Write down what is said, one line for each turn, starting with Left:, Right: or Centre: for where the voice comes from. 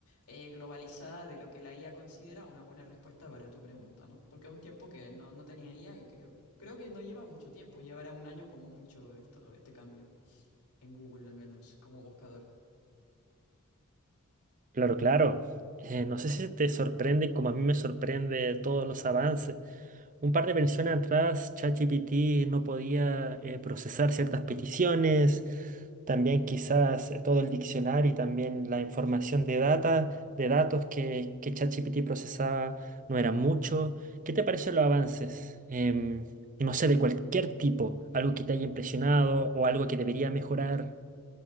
Left: eh, globalizada de lo que la IA considera una buena respuesta para tu pregunta, ¿no? Porque es un tiempo que no, no tenía IA y que creo que no lleva mucho tiempo, llevará un año como mucho esto, este cambio en Google, al menos como buscador.
Right: Claro, claro. Eh, no sé si te sorprende, como a mí me sorprende todos los avances. Un par de versiones atrás, ChatGPT no podía eh, procesar ciertas peticiones, también quizás eh, todo el diccionario y también la información de data, de datos que, que ChatGPT procesaba no era mucho. ¿Qué te parecen los avances? Em, no sé, de cualquier tipo, algo que te haya impresionado o algo que debería mejorar.